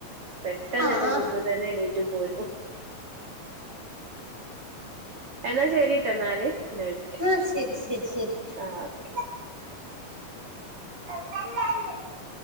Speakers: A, on the right; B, in the centre.
A: പെട്ടെന്ന്
B: ആ ആ ആ
A: തന്നെ കൂത്ത് തന്നെ എണീറ്റ് പോരും. എന്നാ ശരിട്ടോ എന്നാല് പിന്നെ വിളിക്ക.
B: ആഹ് ശരി ശരി ശരി.
A: ആഹ ഓക്കെ